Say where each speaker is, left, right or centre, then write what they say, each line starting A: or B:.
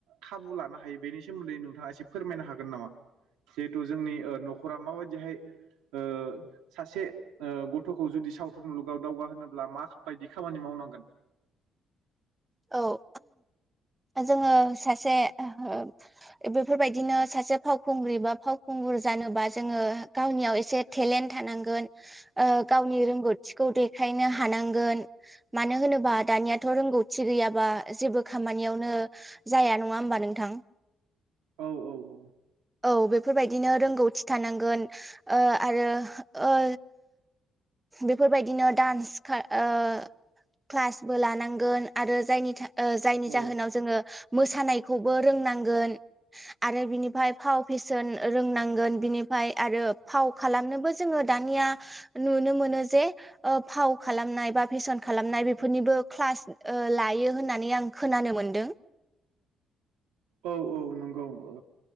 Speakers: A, on the right (about 75°); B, on the right (about 20°).
A: खाबु लानो हायो बेनि सोमोन्दै नोंथाङा एसे फोरमायनो हागोन नामा? जिहेथु जोंनि ओ न'खरा माबायदिहाय ओ सासे ओ गथ'खौ जुदि सावथुन मुलुगाव दावगा होनोनोब्ला माबायदि खामानि मावनांगोन?
B: औ जोङो सासे ओ बेफोरबायदिनो सासे फावखुंग्रि बा फावखुंगुर जानोबा जोङो गावनियाव एसे टेलेन्ट थानांगोन ओ गावनि रोंगौथिखौ देखायनो हानांगोन। मानो होनोबा दानियाथ' रोंगौथि गैयाबा जेबो खामानि नियावनो जाया नङा होमबा नोंथां?
A: औ औ
B: औ बेफोरबायदिनो रोंगौथि थानांगोन। ओ आरो ओ बेफोरबायदिनो डान्स खा ओ क्लासबो लानांगोन आरो जायनि था ओ जायनि
A: औ
B: जाहोनाव जोङो मोसानायखौबो रोंनांगोन। आरो बिनिफ्राय फाव फेसन रोंनांगोन बिनिफ्राय आरो फाव खालामनोबो जोङो दानिया नुनो मोनो जे ओ फाव खालामनाय बा फेसन खालामनाय बेफोरनिबो क्लास ओ लायो होननानै आं खोनानो मोन्दों।
A: औ औ नंगौ औ